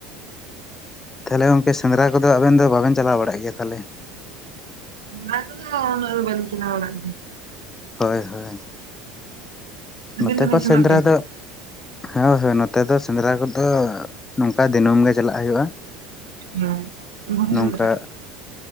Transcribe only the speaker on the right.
<unintelligible> ᱩᱱᱟᱹᱜ ᱫᱚ ᱵᱟᱠᱤᱧ ᱪᱟᱞᱟᱣ ᱵᱟᱱᱟᱜ ᱜᱮᱭᱟ
ᱟᱹᱵᱤᱱ
ᱫᱚᱵᱤᱱ
ᱥᱮᱱᱚᱜ
ᱜᱮᱭᱟ ᱥᱮ
ᱪᱮᱫ?
<inaudible>